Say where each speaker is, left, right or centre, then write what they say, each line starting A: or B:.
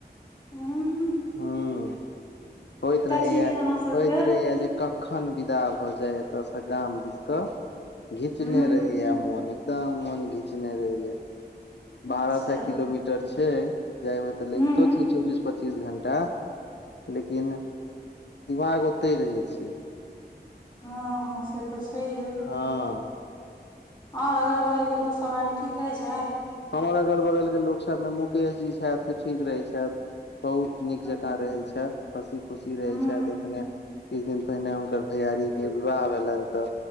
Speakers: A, on the left (about 25°); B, on the left (about 80°).
A: उं।
B: हूँ होइत रहैये-
A: चीज ये अहाँ सबके
B: होइत रहैये जे कखन विदा भऽ जाय एतऽ से गाम दिस कऽ घीचने
A: हूँ
B: रहैये मोन। एकदम मोन घिचने रहैये। बारह
A: अच्छा
B: सए किलोमीटर छैय, जाय में तऽ लगितो
A: हूँ
B: छै चौबीस पच्चीस पच्चीस घंटा लेकिन दिमाग ओतै रहै छै।
A: हँ हँ से तऽ छइहे।
B: हँ।
A: आओर अगल - बगल के लोकसभ अहाँके ठीक रहै छाइथ?
B: हमर अगल - बगल के लोक सब मे मुकेश जी छथि से ठीक रहै छथि बहुत नीक
A: अच्छा
B: जकाँ रहै छथि हँसी खुशी रहै
A: हूँ
B: छथि एखने किछ दिन पहिने हुनकर भैयारी के विवाह भेलनि तऽ